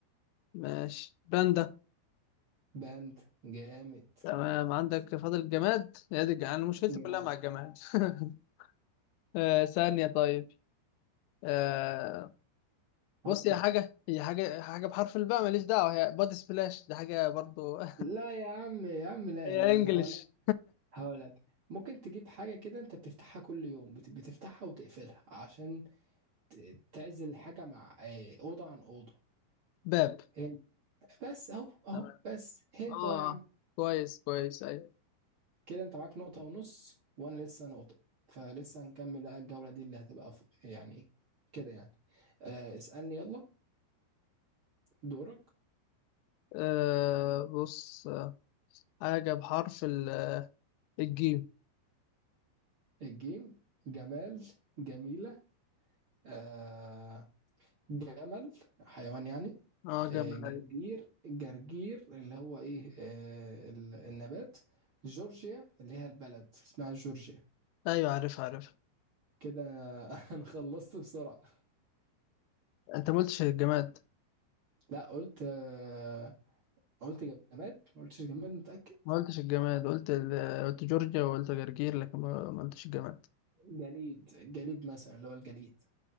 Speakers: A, on the left; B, on the right.
A: ماشي باندا
B: باند جامد
A: تمام عندك فاضل الجماد هي دي الج- أنا مشكلتي
B: جماد
A: كلها مع الجماد <laughs> آه، ثانية طيب آه،
B: فكر
A: بص هي حاجة هي حاجة حاجة بحرف الباء ماليش دعوة هي بادي سبلاش دي حاجة برضو <laughs>
B: لا يا عم يا عم لا
A: هي
B: يا عم
A: انجلش
B: هقولك ممكن تجيب حاجة كده انت بتفتحها كل يوم بت- بتفتحها وتقفلها عشان ت- تعزل حاجة مع آه، أوضة عن أوضة
A: باب
B: هنت بس اهو اهو
A: تمام
B: بس هنت
A: اه
B: اهو يا عم
A: كويس كويس ايوه
B: كده انت معاك نقطة ونص وانا لسه نقطة فلسه هنكمل بقى الجولة دي اللي هتبقى ف- يعني كده يعني آه اسألني يلا دورك
A: آه بص حاجة بحرف ال- الجيم
B: الجيم جمال جميلة آه جمل حيوان يعني
A: اه
B: آه،
A: جمل
B: جرجير
A: ايوه
B: جرجير اللي هو ايه آه، ال- النبات جورجيا اللي هي البلد اسمها جورجيا
A: ايوه عارف عارف
B: كده <laughs> انا خلصت بسرعة
A: انت ما قلتش الجماد
B: لا قلت آه، قلت جماد ما قلتش جماد متأكد
A: ما قلتش الجماد قلت ال... قلت جورجيا وقلت جرجير لكن ما ما قلتش الجماد
B: جليد جليد مثلا اللي هو الجليد